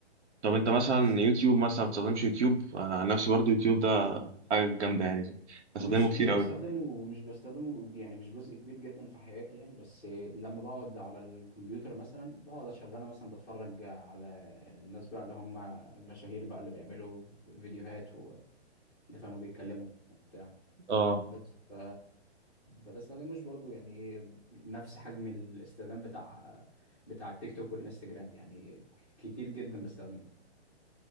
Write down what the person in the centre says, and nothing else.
بس
مش
مش بستخدمه
<laughs> مش بستخدمه يعني مش جزء كبير جدا في حياتي يعني بس لما بقعد على الكمبيوتر مثلا بقعد اشغله مثلا بتفرج على الناس بقى اللي هم المشاهير بقى اللي بيعملوا فيديوهات وانت فاهم بيتكلموا وبتاع
بس ف ما بستخدموش برضو يعني نفس حجم الاستخدام بتاع بتاع التيك توك والانستجرام يعني كتير جدا بستخدمه